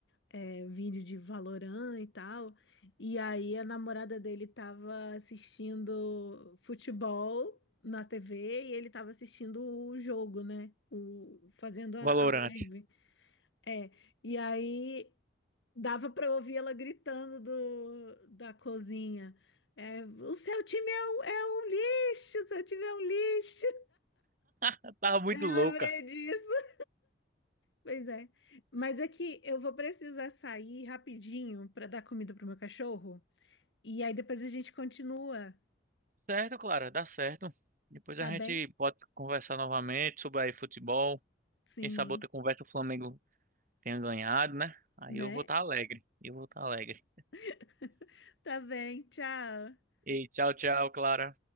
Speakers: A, on the left (about 75°); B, on the right (about 45°).
A: é, vídeo de Valorant e tal. E aí a namorada dele tava assistindo futebol na TV e ele tava assistindo o jogo, né? O, fazendo a,
B: Valorant.
A: a live. É. E aí dava pra ouvir ela gritando do, da cozinha. É, o seu time é um, é um lixo, o seu time é um lixo.
B: <laughs> tava muito
A: Eu
B: louca.
A: lembrei disso. Pois é. Mas é que eu vou precisar sair rapidinho para dar comida pro meu cachorro. E aí depois a gente continua,
B: Certo, Clara, dá certo. Depois
A: tá
B: a gente
A: bem?
B: pode conversar novamente sobre aí futebol.
A: Sim,
B: Quem sabe outra conversa o Flamengo tenha ganhado, né? Aí
A: né?
B: eu vou estar alegre. Eu vou estar alegre.
A: <laughs> Tá bem, tchau.
B: E tchau, tchau, Clara.